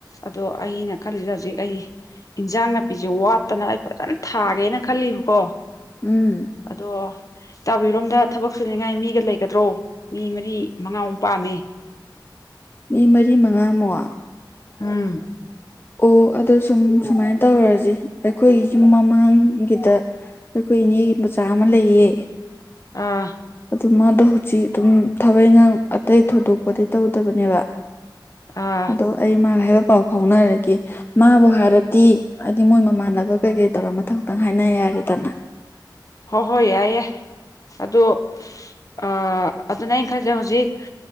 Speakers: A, on the left; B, on the left.
A: ꯑꯗꯣ ꯑꯩꯅ ꯈꯜꯂꯤꯖꯤꯅ ꯍꯧꯖꯤꯛ ꯑꯩ ꯏꯟꯖꯥꯡ ꯅꯥꯄꯤꯖꯦ ꯋꯥꯠꯇꯅ ꯑꯩ ꯐꯖꯅ ꯊꯥꯒꯦꯅ ꯈꯜꯂꯤꯕꯀꯣ
B: ꯎꯝ
A: ꯑꯗꯣ ꯏꯇꯥꯎꯕꯤꯔꯣꯝꯗ ꯊꯕꯛ ꯁꯨꯅꯤꯡꯉꯥꯏ ꯃꯤꯒ ꯂꯩꯒꯗ꯭ꯔꯣ ꯃꯤ ꯃꯔꯤ ꯃꯉꯥꯃꯨꯛ ꯄꯥꯝꯃꯦ
B: ꯃꯤ ꯃꯔꯤ ꯃꯉꯥ ꯃꯨꯛ
A: ꯎꯝ
B: ꯑꯣ ꯑꯗꯣ ꯁꯨꯝ ꯁꯨꯝꯃꯥꯏꯟ ꯇꯧꯔꯖꯦ ꯑꯩꯈꯣꯏꯒꯤ ꯌꯨꯝ ꯃꯃꯥꯡꯒꯤꯗ ꯑꯈꯣꯏ ꯏꯅꯦꯒꯤ ꯃꯆꯥ ꯑꯃ ꯂꯩꯌꯦ
A: ꯑ
B: ꯑꯗꯨ ꯃꯥꯗꯣ ꯍꯧꯖꯤꯛ ꯑꯗꯨꯝ ꯊꯕꯛ ꯏꯪꯒꯥꯡ ꯑꯇꯩ ꯊꯣꯏꯗꯣꯛꯄꯗꯤ ꯇꯧꯗꯕꯅꯦꯕ
A: ꯑꯥ
B: ꯑꯗꯣ ꯑꯩ ꯃꯥꯒ ꯍꯥꯏꯐꯦꯠ ꯄꯥꯎ ꯐꯥꯎꯅꯔꯒꯦ ꯃꯥꯕꯨ ꯍꯥꯏꯔꯗꯤ ꯍꯥꯏꯗꯤ ꯃꯣꯏ ꯃꯃꯥꯟꯅꯕ ꯀꯩꯀꯩ ꯇꯧꯔ ꯃꯊꯪ ꯃꯊꯪ ꯍꯥꯏꯅ ꯌꯥꯔꯦꯗꯅ
A: ꯍꯣ ꯍꯣ ꯌꯥꯏꯌꯦ ꯑꯗꯣ ꯑꯥ ꯑꯗꯨꯅꯦ ꯑꯩꯅ ꯈꯜꯂꯤꯖꯦ ꯍꯧꯖꯤꯛ